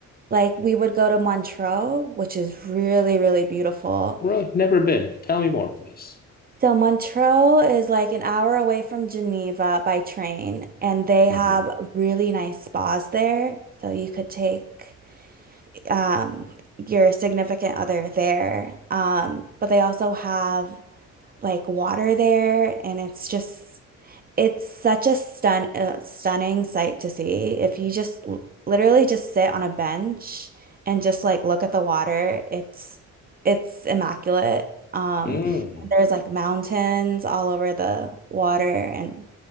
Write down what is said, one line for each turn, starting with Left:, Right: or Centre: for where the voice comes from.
Right: like we would go to Montreux, which is really, really beautiful.
Left: Really? Never been. Tell me more, please.
Right: So Montreux is like an hour away from Geneva by train, and they
Left: Mm-hmm.
Right: have really nice spas there. So you could take um, your significant other there. Um, but they also have like water there, and it's just It's such a stun uh, stunning sight to see. If you just l- literally just sit on a bench and just like look at the water, it's it's immaculate. Um,
Left: Mm.
Right: and there's like mountains all over the water and